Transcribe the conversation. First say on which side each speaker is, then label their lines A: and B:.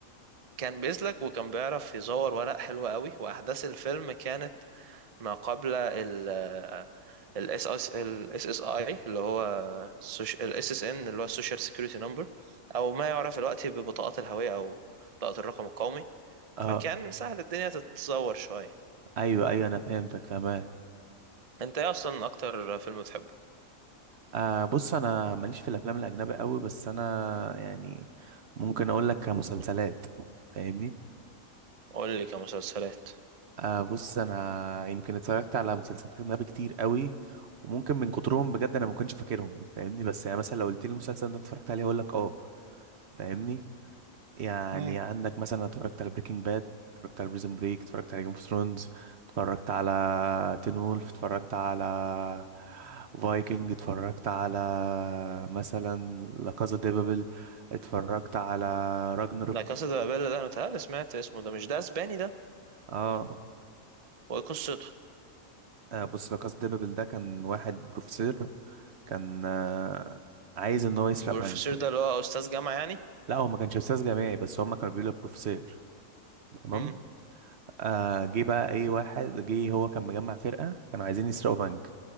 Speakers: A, on the right; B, on the right.
A: كان بيسلك وكان بيعرف يزور ورق حلو قوي واحداث الفيلم كانت ما قبل ال ال SS ال SSI اللي هو السوش- ال SSN اللي هو السوشيال سيكيورتي نمبر او ما يعرف الوقت ببطاقات الهوية او بطاقة الرقم القومي
B: اه
A: فكان سهل الدنيا تتزور شوية
B: ايوه ايوه انا فهمتك تمام
A: انت ايه اصلا اكتر فيلم بتحبه
B: آه بص انا ماليش في الافلام الاجنبي قوي بس انا يعني ممكن اقول لك كمسلسلات فاهمني
A: قول لي كمسلسلات
B: آه بص انا يمكن اتفرجت على مسلسلات اجنبي كتير قوي وممكن من كترهم بجد انا ما كنتش فاكرهم فاهمني بس يعني مثلا لو قلت لي المسلسل ده اتفرجت عليه هقول لك اه فاهمني يعني
A: امم
B: عندك مثلا اتفرجت على بريكنج باد اتفرجت على بريزن بريك اتفرجت على جيم اوف ثرونز اتفرجت على تين وولف اتفرجت على فايكنج اتفرجت على مثلا لا كازا دي بابل اتفرجت على راجنروك
A: لا كاسا دي بابيل ده انا متهيألي سمعت اسمه ده مش ده اسباني ده
B: اه
A: وايه قصته
B: آه، بص لا كازا دي بابل ده كان واحد بروفيسور كان آه، عايز ان هو يسرق
A: بروفيسور
B: بنك
A: ده اللي هو استاذ جامعة يعني
B: لا هو ما كانش استاذ جامعي بس هما كانوا بيقولوا بروفيسور تمام
A: امم
B: آه جه بقى ايه واحد جه هو كان مجمع فرقة كانوا عايزين يسرقوا بنك